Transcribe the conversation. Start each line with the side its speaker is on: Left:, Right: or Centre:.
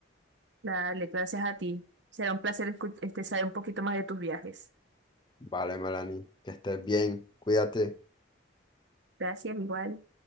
Right: Dale, gracias a ti. Será un placer escu- este, saber un poquito más de tus viajes.
Left: Vale, Melanie, que estés bien, cuídate.
Right: Gracias, igual.